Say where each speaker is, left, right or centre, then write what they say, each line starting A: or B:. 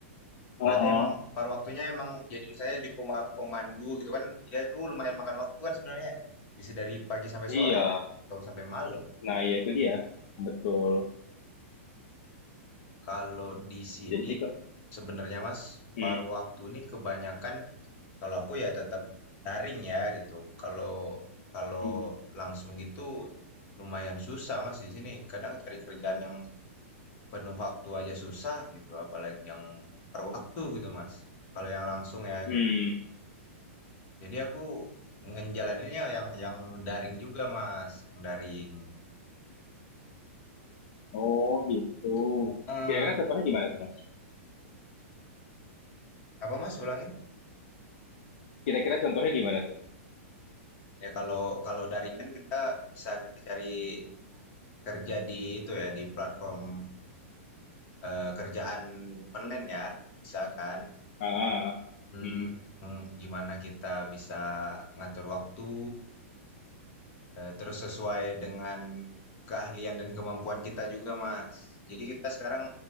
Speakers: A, on the left; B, on the left.
A: oh,
B: berarti emang paruh waktunya emang jadi misalnya di pema pemandu gitu kan, ya itu lumayan makan waktu kan sebenarnya. Bisa dari pagi sampai
A: iya.
B: sore kan, atau sampai malam.
A: Nah, ya itu dia. Betul.
B: Kalau di sini
A: Jadi kok
B: Sebenarnya Mas,
A: hmm,
B: paruh waktu ini kebanyakan kalau aku ya tetap daring ya gitu. Kalau kalau
A: hmm,
B: langsung gitu lumayan susah Mas di sini. Kadang cari kerjaan yang penuh waktu aja susah gitu, apalagi yang paruh waktu gitu Mas. Kalau yang langsung ya
A: hmm.
B: gitu. Jadi aku ngejalaninnya yang yang daring juga Mas, yang daring.
A: Oh, gitu.
B: Tuh. Eh,
A: Kira-kira contohnya gimana tuh, Mas?
B: apa Mas ulangin?
A: Kira-kira contohnya gimana tuh?
B: Ya kalau kalau daring kan kita bisa kita cari kerja di itu ya di platform eee, kerjaan online ya, bisa kan?
A: Ah, ah, ah.
B: Hmm,
A: hmm.
B: Yang gimana kita bisa ngatur waktu, eee, terus sesuai dengan keahlian dan kemampuan kita juga, Mas. Jadi kita sekarang